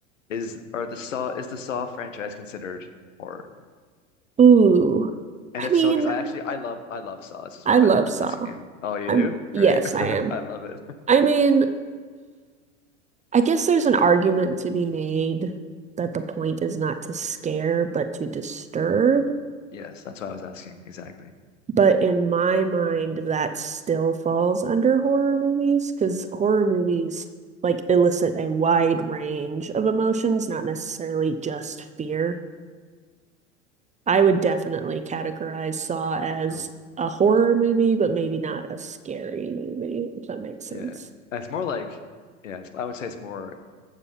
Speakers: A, on the left; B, on the right.
A: is are the Saw is the Saw franchise considered horror?
B: Ooh,
A: And
B: I
A: if
B: mean,
A: so, because I actually I love I love Saw. This is
B: I
A: why
B: love
A: I'm, I'm
B: Saw.
A: asking you. Oh, you
B: I'm,
A: do?
B: yes,
A: Great.
B: I am.
A: <laughs> I love it. <laughs>
B: I mean, <sighs> I guess there's an argument to be made that the point is not to scare, but to disturb.
A: Yes, that's why I was asking. Exactly.
B: But in my mind, that still falls under horror movies because horror movies like elicit a wide range of emotions, not necessarily just fear. I would definitely categorize Saw as
A: Cool.
B: a horror movie, but maybe not a scary movie, if that makes sense.
A: Yeah. And It's more like yeah. It's, I would say it's more